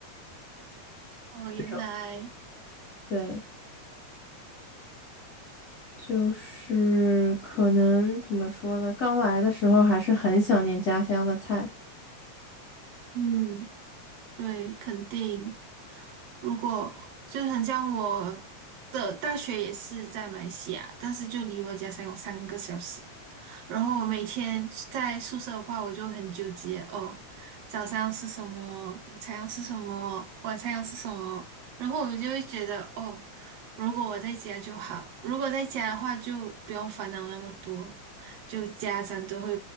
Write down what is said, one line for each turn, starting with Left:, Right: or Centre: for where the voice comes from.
Right: 哦，原来，
Left: 这种，对，就是可能怎么说呢？刚来的时候还是很想念家乡的菜，
Right: 嗯，对，肯定。如果就很像我的大学也是在马来西亚，但是就离我的家乡有三个小时。然后我每天在宿舍的话，我就很纠结哦，早上要吃什么，午餐要吃什么，晚餐要吃什么。然后我就会觉得哦，如果我在家就好，如果在家的话就不用烦恼那么多，就家长都会